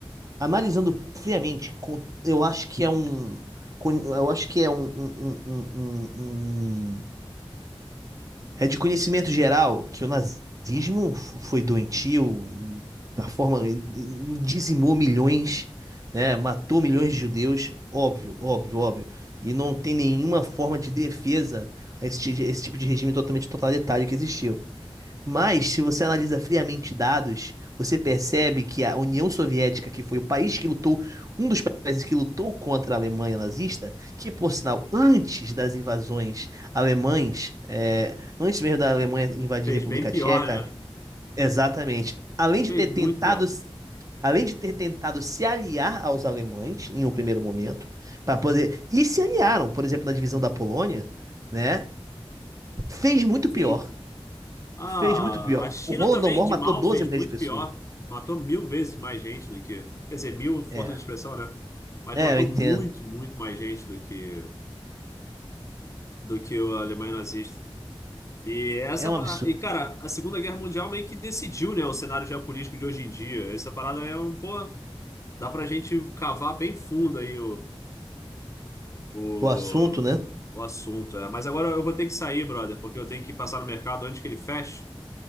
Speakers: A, on the right; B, on the left.
A: Analisando friamente, com- eu acho que é um. com- Eu acho que é um, um, um, um, um- um é de conhecimento geral que o nazismo f- foi doentio, em- da forma em- em- dizimou milhões, né? Matou milhões de judeus, óbvio, óbvio, óbvio. E não tem nenhuma forma de defesa a esse, ti- esse tipo de regime totalmente totalitário que existiu. Mas, se você analisa friamente dados, você percebe que a União Soviética, que foi o país que lutou, um dos países que lutou contra a Alemanha nazista, que, por sinal, antes das invasões alemães, é, antes mesmo da Alemanha invadir
B: Fez
A: a República
B: bem pior,
A: Tcheca,
B: né?
A: exatamente, além de
B: Fez
A: ter
B: muito
A: tentado,
B: pior.
A: além de ter tentado se aliar aos alemães em um primeiro momento, para poder, e se aliaram, por exemplo, na divisão da Polônia, né? Fez muito
B: Sim,
A: pior.
B: Ah,
A: Fez muito pior.
B: a China
A: O Holodomor
B: também, de
A: matou
B: mal,
A: 12
B: fez
A: milhões
B: muito
A: de pessoas.
B: pior. Matou mil vezes mais gente do que. Quer dizer, mil, força
A: É,
B: de expressão, né? Mas
A: é,
B: matou
A: eu entendo.
B: muito, muito mais gente do que, do que a Alemanha nazista. E essa.
A: É um
B: pa-
A: absurdo.
B: E, cara, a Segunda Guerra Mundial meio que decidiu, né, o cenário geopolítico de hoje em dia. Essa parada é um. Pô, dá pra gente cavar bem fundo aí o,
A: O assunto, né?
B: o assunto. É. Mas agora eu vou ter que sair, brother, porque eu tenho que passar no mercado antes que ele feche.